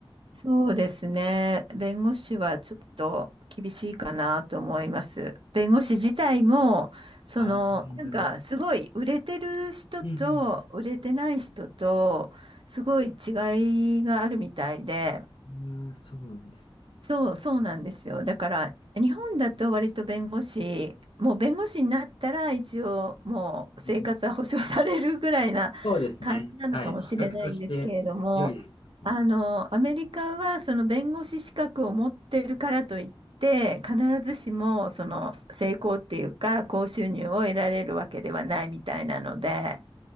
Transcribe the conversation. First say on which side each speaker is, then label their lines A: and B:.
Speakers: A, on the right; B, on the left.
A: そうですね。弁護士はちょっと厳しいかなと思います。弁護士自体も、その、
B: ああ、なるほど。
A: なんかすごい売れてる人と売れてない人と、
B: うん
A: すごい違いがあるみたいで、
B: うん。あーそうなんです。
A: そう、そうなんですよ。だから、日本だと割と弁護士、もう弁護士になったら一応もう生活は保障されるぐらいな感じなのかもしれないんですけれども、
B: うん、そうですね。はい。資格として強いですね。
A: あの、アメリカはその弁護士資格を持ってるからといって、必ずしもその成功っていうか、高収入を得られるわけではないみたいなので、